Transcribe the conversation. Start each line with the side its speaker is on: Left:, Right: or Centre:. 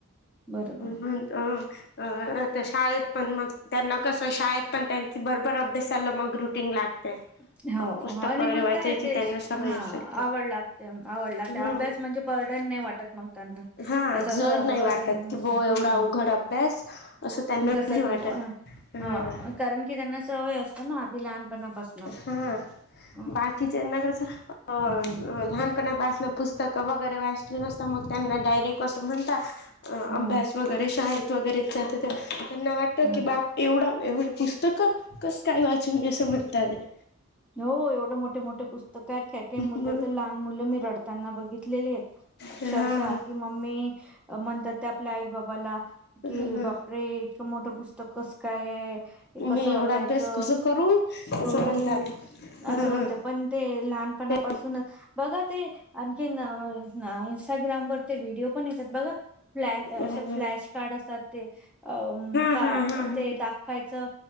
Centre: बरोबर
Left: अ अ आता शाळेत पण मग त्यांना कसं शाळेत पण त्यांची बरोबर अभ्यासला मग ग्रुटिंग लागते
Centre: हो
Left: अ पुस्तक
Centre: हो आणि
Left: वगैरे
Centre: मग
Left: वाचायची
Centre: काय ते
Left: त्यांना सवय
Centre: हा
Left: असेल तर
Centre: आवड लागते आवड लागते अभ्यास
Left: हम्म
Centre: म्हणजे बर्डन नाही वाटत मग त्यांना
Left: हा
Centre: असं
Left: जड
Centre: ज
Left: नाही
Centre: बर
Left: वाटत
Centre: हम्
Left: की बो एवढा अवघड अभ्यास असं त्यांना
Centre: घसरली
Left: नाही वाटत.
Centre: अ
Left: हा
Centre: ह कारण की त्यांना सवय असत ना आधी लहानपणापासून
Left: हा
Centre: हम्म
Left: बाकीच्याना कस अ
Centre: हम्म
Left: लहान पुस्तकं वगैरे वाचले नसताग त्यांना डायरेक्ट असं म्हणता
Centre: हम्म
Left: अभ्यास वगैरे शाळेत वगैरे त्या तर ते त्यांना वाटतं
Centre: हम्म
Left: की बाप एवढं एवढे पुस्तकं कस काय वाचून असं म्हणतात आहे
Centre: ह हो एवढं मोठे मोठे पुस्तक आहेत काय काय मुलं
Left: मग
Centre: तर लहान मुलं मी रडताना बघितलेले आहेत अक्षरशः
Left: जनं
Centre: कि मम्मी म्हणतात ते आपल्या आई बाबाला की
Left: ह
Centre: बापरे मोठं पुस्तक कस कायय
Left: मी
Centre: कसं
Left: एवढा
Centre: वाचायचं
Left: अभ्यास कस करू असं
Centre: करू
Left: म्हणतात
Centre: अस होत पण ते लहानपणापासूनच
Left: ह
Centre: बघ ते आणखी इनस्टाग्राम वर ते व्हिडिओ पण येतात बघा फ्लॅश
Left: हा
Centre: असे फ्लॅश कार्ड असतात ते अ का
Left: हा हा
Centre: ते दाखवायचं